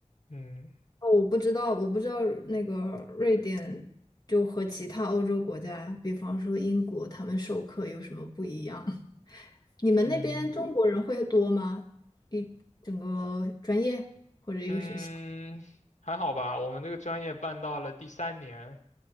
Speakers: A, on the left; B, on the left.
A: 嗯
B: 哦，我不知道，我不知道那个瑞典就和其他欧洲国家，比方说英国，他们授课有什么不一样？<laughs> 你们那边中国人会多吗？
A: 嗯。
B: 一整个专业或者一个学校
A: 嗯，还好吧。我们这个专业办到了第三年，